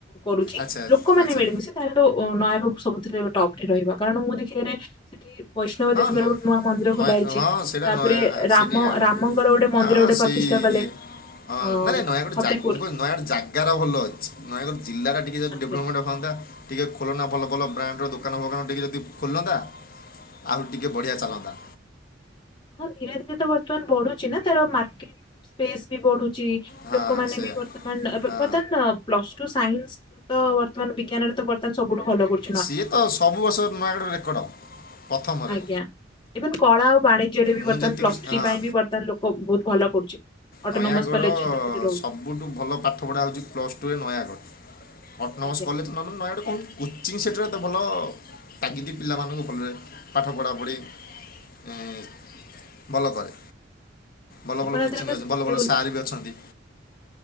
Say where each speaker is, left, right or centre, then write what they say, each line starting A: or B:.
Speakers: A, on the left (about 25°); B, on the left (about 50°).
A: କରୁଛି
B: ଆଚ୍ଛା
A: ଲୋକମାନେ
B: ଆଚ୍ଛା
A: ମିଳିମିଶି ତାହେଲେ ନୟାଗଡ଼ ସବୁଥିରେ ଟପରେ ରହିବ କାରଣ ମୁଁ ଦେଖିଆରେ ସେଠି ବୈଷ୍ଣବ
B: ହଁ
A: ଦେବୀଙ୍କର
B: ନୟ
A: ଗୋଟେ ନୂଆ ମନ୍ଦିର
B: ନୟା
A: ଖୋଲା ହେଇଛି
B: ହଁ ସେଇଟା
A: ତାପରେ
B: ନୟା
A: ରାମ
B: ସେଇଠି ଆମ
A: ରାମଙ୍କର ଗୋଟେ ମନ୍ଦିର
B: ହଁ
A: ଗୋଟେ
B: ସେଇ
A: ପ୍ରତିଷ୍ଠା କଲେ
B: ଇଏ ହଁ
A: ଅ
B: ନାଇଁ ନାଇଁ ନୟାଗଡ଼
A: ଫପିପୁର।
B: ଜା ମୁଁ କହିଲି ନୟାଗଡ଼ ଜାଗାର ଭଲ ଅଛି ନୟାଗଡ଼ ଜିଲ୍ଲା ଟିକେ ଯଦି
A: ଆଜ୍ଞା।
B: ଡେଭଲପମେଣ୍ଟ ହୁଅନ୍ତା। ଟିକେ ଖୋଲନା ଭଲ ଭଲ ବ୍ରାଣ୍ଡର ଦୋକାନ ଫୋକାନ ଟିକେ ଯଦି ଖୋଲନ୍ତା। ଆହୁ ଟିକେ ବଢ଼ିଆ ଚାଲନ୍ତା।
A: ହଁ ଧୀରେ ଧୀରେ ତ ବର୍ତ୍ତମାନ ବଢୁଛି ନା ତାର ମାର୍କେଟ ସ୍ପେସ୍ ବି ବଢୁଛି।
B: ହଁ
A: ଲୋକମାନେ
B: ସେଇଆ
A: ବି ବର୍ତ୍ତମାନ ବର୍ତ୍ତମାନ
B: ହଁ
A: ପ୍ଲସ ଟୁ ସାଇନ୍ସ ତ ବର୍ତ୍ତମାନ ବିଜ୍ଞାନରେ ତ ବର୍ତ୍ତମାନ ସବୁଠୁ ଭଲ କରୁ
B: ସିଏ ତ ସବୁ ବର୍ଷର ନୂଆ ଗଡ଼ ରେକର୍ଡ଼ ପ୍ରଥମରେ
A: ଆଜ୍ଞା ଇଭେନ କଳା ଆଉ ବାଣୀ ଜ୍ୟରେ
B: ମୁଁ
A: ବର୍ତ୍ତମାନ
B: ଯେତିକି
A: ପ୍ଲସ୍ ଥ୍ରୀ
B: ହଁ
A: ପାଇଁ ବି ବର୍ତ୍ତମାନ ଲୋକ ବହୁତ ଭଲ କରୁଛି ଅଟୋନୋମସ
B: ନୟାଗଡ଼
A: କଲେ ଯେହେତୁ ରହୁଛି।
B: ସବୁଠୁ ଭଲ ପାଠପଢ଼ା ହେଉଛି ପ୍ଲସ୍ ଟୁରେ ନୟାଗଡ଼ ଅଟୋନମସ୍
A: ଆଜ୍ଞା
B: କଲେଜ ତ ନେଲେ ନୟାଗଡ଼ କଣ କୋଚିଂ ସେଣ୍ଟର୍ ତ ଭଲ ଟାଗିଦ ପିଲାମାନଙ୍କୁ ଭଲରେ ପାଠ ପଢ଼ାପଢ଼ି ଏଁ, ଭଲ କରେ ଭଲ
A: ଆପଣ
B: ଭଲ କୋଚିଂ
A: ଏଥରକ
B: ଅଛି
A: ସେ-
B: ଭଲ
A: ଯୋଉ
B: ଭଲ ସାର୍ ବି ଅଛନ୍ତି।